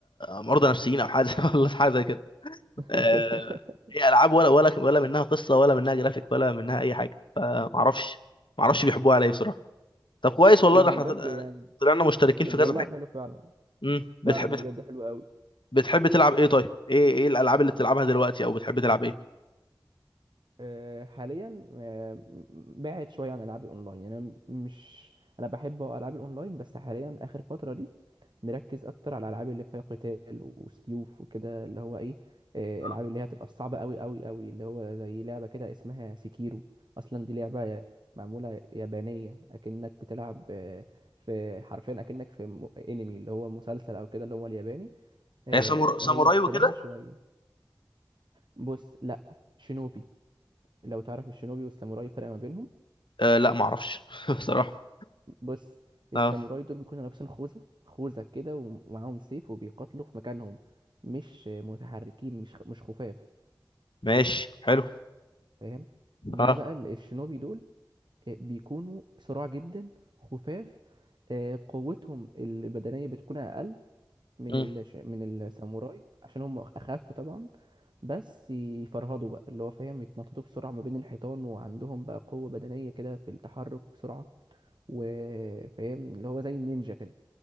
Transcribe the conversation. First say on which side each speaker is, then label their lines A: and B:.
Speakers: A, on the left; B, on the right.
A: مرضى نفسيين او حاجة <laughs> ولا حاجة
B: <laughs>
A: آه، هي العاب ولا ولا ولا منها قصه ولا منها جرافيك ولا منها اي حاجه ما اعرفش ما اعرفش بيحبوها على ايه بصراحه طب كويس والله
B: ما
A: ده احنا
B: بجد
A: طل-
B: يعني
A: طلعنا مشتركين
B: ده
A: في كذا
B: والله
A: حاجه
B: حلو فعلا
A: امم بتحب
B: فعلا بجد
A: بتح-
B: حلو
A: بتحب تلعب ايه طيب ايه ايه الالعاب اللي بتلعبها دلوقتي او بتحب تلعب ايه
B: آه، حاليا آه، بعد شويه عن العاب الاونلاين يعني انا مش انا بحب العاب الاونلاين بس حاليا اخر فتره دي مركز اكتر على الالعاب اللي فيها قتال وسيوف وكده اللي هو ايه آه، الالعاب
A: آه.
B: اللي هي بتبقى صعبه قوي قوي قوي اللي هو زي لعبه كده اسمها سيكيرو اصلا دي لعبه معموله يابانيه اكنك بتلعب آه، في حرفيا اكنك في م- انمي اللي هو مسلسل او كده اللي هو الياباني آه،
A: هي سامور...
B: فهي
A: ساموراي
B: شبهها
A: وكده
B: شويه بص لا شينوبي لو تعرف الشينوبي والساموراي الفرق ما بينهم
A: آه لا ما اعرفش <laughs> بصراحه
B: بص الساموراي
A: اه
B: دول بيكونوا لابسين خوذة خوذة كده ومعاهم سيف وبيقاتلوا في مكانهم مش متحركين مش مش خفاف
A: ماشي حلو
B: فاهم انما
A: اه
B: بقى ال- الشينوبي دول آه، بيكونوا صراع جدا خفاف آه، قوتهم البدنية بتكون أقل من
A: مم.
B: الش... من الساموراي عشان هم أخف طبعا بس يفرهدوا بقى اللي هو فاهم يتنططوا بسرعة ما بين الحيطان وعندهم بقى قوة بدنية كده في التحرك بسرعة وفاهم اللي هو زي النينجا كده